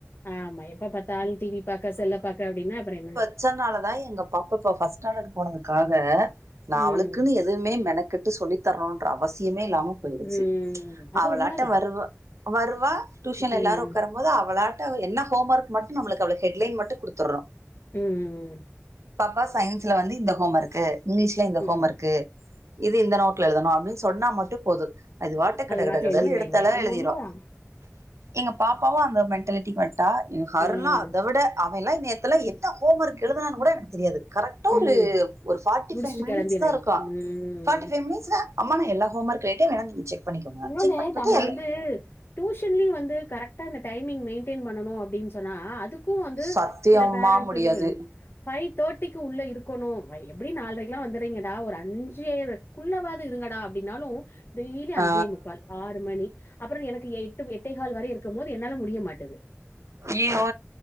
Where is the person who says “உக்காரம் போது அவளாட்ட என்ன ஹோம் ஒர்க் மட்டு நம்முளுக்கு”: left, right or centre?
Right